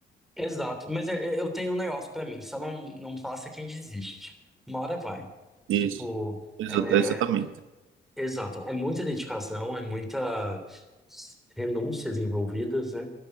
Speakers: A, in the centre; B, on the right.
A: Exato, mas é- é- eu tenho um negócio para mim, só não, não passa quem desiste. Uma hora vai.
B: Isso,
A: Tipo,
B: exata-
A: eh,
B: exatamente.
A: Exato, é muita dedicação, é muita renúncias envolvidas, né?